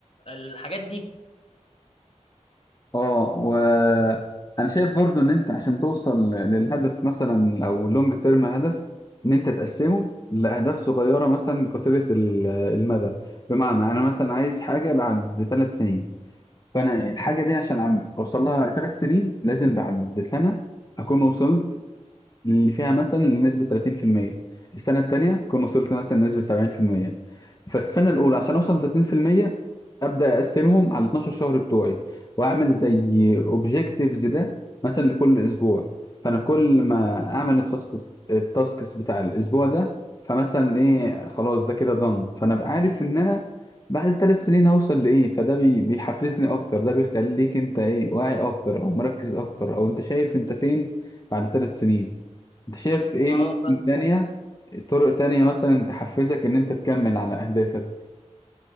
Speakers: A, on the left; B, on the left.
A: الحاجات دي
B: اه وانا شايف برضو ان انت عشان توصل للهدف مثلا او لونج تيرم هدف ان انت تقسمه لاهداف صغيره مثلا قصيره ال- المدى بمعنى انا مثلا عايز حاجه بعد ثلاث سنين فانا الحاجه دي عشان عم اوصل لها ثلاث سنين لازم بعد سنه اكون وصلت اللي فيها مثلا نسبة 30% السنة التانية كنت وصلت مثلا لنسبة 70% فالسنة الأولى عشان أوصل لتلاتين في المية أبدأ أقسمهم على 12 شهر بتوعي وأعمل زي أوبجيكتيفز ده مثلا لكل أسبوع فأنا كل ما أعمل التاسكس التاسكس بتاع الأسبوع ده فمثلا إيه خلاص ده كده دن فأنا أبقى عارف إن أنا بعد ثلاث سنين هوصل لإيه فده بي- بيحفزني أكتر ده بيخليك أنت إيه واعي أكتر أو مركز أكتر أو أنت شايف أنت فين بعد ثلاث سنين انت شايف ايه
A: اه
B: ممكن
A: فاهمك
B: تانية طرق تانية مثلا تحفزك ان انت تكمل على اهدافك